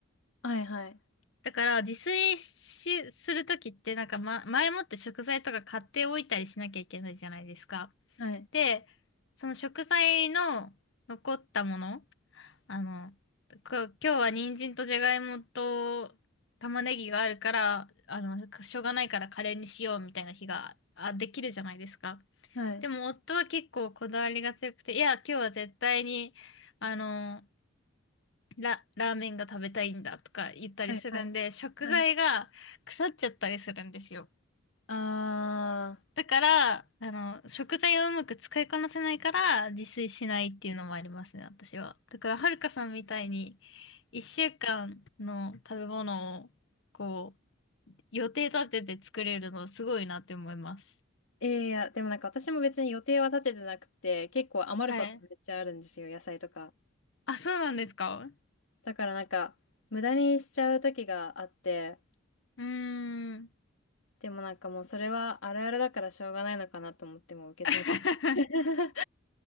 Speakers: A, on the left (about 70°); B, on the left (about 60°).
A: はいはい。
B: だから、自炊し、する時って、なんか、ま、前もって食材とか買っておいたりしなきゃいけないじゃないですか。
A: はい。
B: で、その食材の残ったものあの、こ今日は人参とじゃがいもと玉ねぎがあるから、あの、しょうがないからカレーにしようみたいな日が、あ、できるじゃないですか。
A: はい。
B: でも夫は結構こだわりが強くて、いや、今日は絶対に、あの、ラ、ラーメンが食べたいんだとか言ったりするんで、
A: はいはい。
B: 食材が腐っちゃったりするんですよ。
A: はいあ
B: だから、あの、食材をうまく使いこなせないから自炊しないっていうのもありますね、私は。だから、はるかさんみたいに、
A: あ、はい
B: 一週間の食べ物を、こう、予定立てて作れるのすごいなって思います。
A: いやいや、でもなんか私も別に予定は立ててなくて、結構余ることめっちゃあるんですよ、
B: はい。
A: 野菜とか。
B: あ、そうなんですか
A: だからなんか、無駄にしちゃう時があって、
B: うーん。
A: でもなんかもうそれはあるあるだからしょうがないのかなと思ってもう受け止めて。
B: <laughs>
A: <laughs>